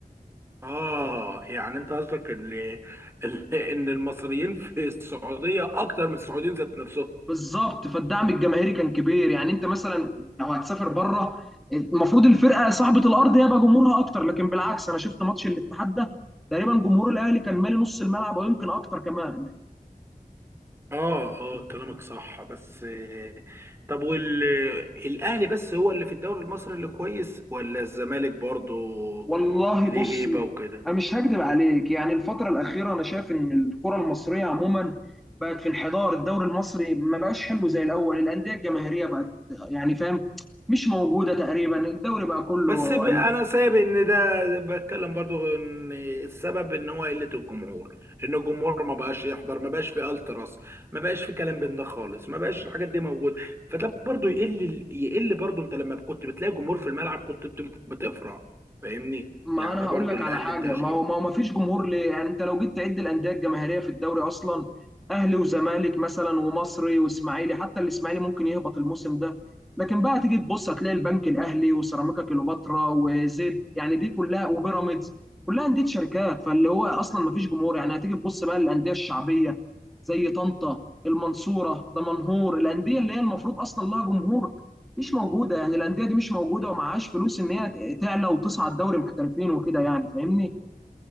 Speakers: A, on the right (about 15°); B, in the centre.
A: آه يعني أنت قصدك إن <laughs> إن إن المصريين في السعودية أكتر من السعوديين ذات نفسهم
B: بالظبط فالدعم الجماهيري كان كبير يعني انت مثلا لو هتسافر بره المفروض الفرقه صاحبه الارض هي بقى جمهورها اكتر لكن بالعكس انا شفت ماتش الاتحاد ده تقريبا جمهور الاهلي كان مالي نص الملعب او يمكن اكتر كمان
A: آه آه كلامك صح بس آه، طب والأهلي بس هو اللي في الدوري المصري اللي كويس ولا الزمالك برضه
B: والله
A: ليه
B: بص
A: هيبة وكده؟
B: انا مش هكدب عليك يعني الفتره الاخيره انا شايف ان الكره المصريه عموما بقت في انحدار الدوري المصري ما بقاش حلو زي الاول الانديه الجماهيريه بقت يعني فاهم مش موجوده تقريبا الدوري بقى كله
A: بس ب-
B: يعني
A: انا سايب ان ده بتكلم برضو ان السبب ان هو قله الجمهور ان الجمهور ما بقاش يحضر ما بقاش في التراس ما بقاش في كلام بين ده خالص ما بقاش الحاجات دي موجوده فده برضو يقل يقل برضو انت لما كنت بتلاقي جمهور في الملعب كنت بت- بتفرح فاهمني
B: ما
A: يعني
B: انا
A: ده
B: هقول
A: برضو
B: لك
A: اللي
B: على
A: قل
B: حاجه
A: التشجيع
B: ما هو ما هو ما فيش جمهور ليه يعني انت لو جيت تعد الانديه الجماهيريه في الدوري اصلا اهلي وزمالك مثلا ومصري واسماعيلي حتى الاسماعيلي ممكن يهبط الموسم ده لكن بقى تيجي تبص هتلاقي البنك الاهلي وسيراميكا كليوباترا وزد يعني دي كلها وبيراميدز كلها انديه شركات فاللي هو اصلا ما فيش جمهور يعني هتيجي تبص بقى للانديه الشعبيه زي طنطا المنصوره دمنهور الانديه اللي هي المفروض اصلا لها جمهور مش موجوده يعني الانديه دي مش موجوده ومعهاش فلوس ان هي ت- تعلى وتصعد دوري محترفين وكده يعني فاهمني